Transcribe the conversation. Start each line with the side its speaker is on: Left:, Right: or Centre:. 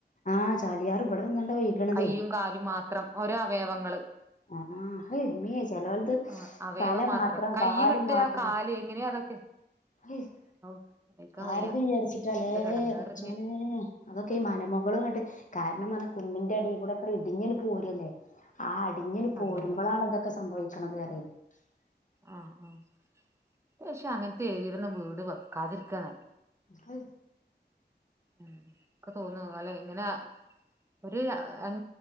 Left: ആഹ് ചാലിയറ് ഇവിടെ വന്നണ്ടാ ഒഴുകനതേ
Right: കയ്യും കാലും മാത്രം ഓരോ അവയവങ്ങള്
Left: ആ അയ് മേ ചിലോലത്
Right: ആഹ് അവയവം
Left: തല മാത്രം
Right: കയ്യ്
Left: കാലും
Right: കിട്ടാ
Left: മാത്രം
Right: കാല് എങ്ങനെയാ അതൊക്കെ
Left: ഇഷ്
Right: ഔ ആലോയിക്കാൻ
Left: ആരദ്
Right: വയ്യ
Left: വിചാരിച്ചിട്ടാല്ലേ
Right: എന്തൊരെടങ്ങേറിഞ്ഞ്
Left: കുറച്ചനെ അതൊക്കെ ഈ മലമുകളളുംങ്ങട്ട് കാരണം നാ കുന്നിന്റെ അടി കൂടെൊക്കെ ഇടിഞ്ഞന്ന് പോരുന്ന് ആ അടിഞ്ഞല് പോരുമ്പോളാാണ്
Right: അതെ അതെ
Left: ഇതൊക്കെ സംഭവിക്കണുന്നത് പറയും
Right: ആഹ് ആഹ് പക്ഷെ അങ്ങനത്തെ ഏരിയില വീട് വ കതിർക്കാന
Left: അ
Right: ഉം ഒക്കെ തോന്നുംല്ലെ ഇങ്ങനെ ഒരു ഏൻ